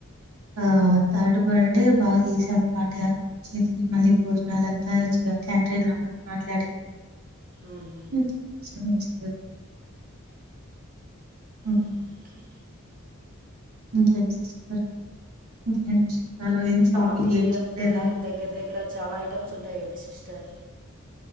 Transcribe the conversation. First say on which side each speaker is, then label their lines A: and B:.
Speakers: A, on the right; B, on the right.
A: ఆ థర్డ్ బర్డే బాగా చేసాం పార్టీ హాల్ బుక్ చేసి మళ్ళీ బో నాలద్దా యచ్చుగ క్యాంట్రిన్ లోన మాట్లాడి
B: ఉమ్,
A: మ్ శమి దు అన
B: ఉమ్, ఓకే
A: ఇంకే చెప్పర ఇంకేంటి విస్ నాలో ఏం షాపింగ్
B: పార్టీ
A: ఏం చేయలేదా
B: అంటే దగ్గర దగ్గర చాలా ఐటమ్స్ ఉంటాయి కదా సిస్టర్